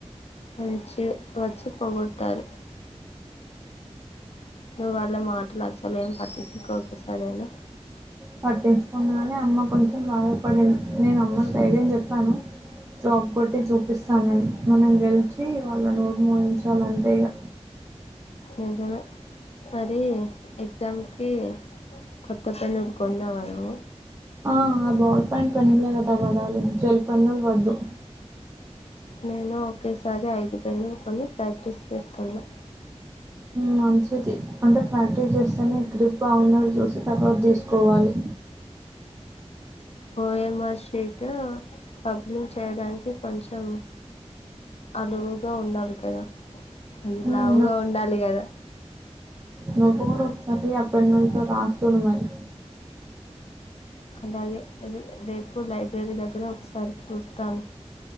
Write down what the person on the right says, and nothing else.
పట్టించుకున్నాని అమ్మ కొంచెం బాధపడింది నేను అమ్మకి ధైర్యం చెప్పాను జాబ్ కొట్టి చూపిస్తానని మనం గెలిచి వాళ్ళ నోరు మూయించాలి అంతే ఇగ
ఆ ఆ బౌల్ పాంట్ పెన్నులే కదా పడాలి జల్పన్నులు వద్దు
మంచిది అంటే ప్రాక్టీస్ చేస్తేనే గ్రిప్ బాగున్నవి చూసి తర్వాత తీసుకోవాలి
మ్
నొపు కూడతంది ఆ పెన్నలతో రాస్తుడు మరి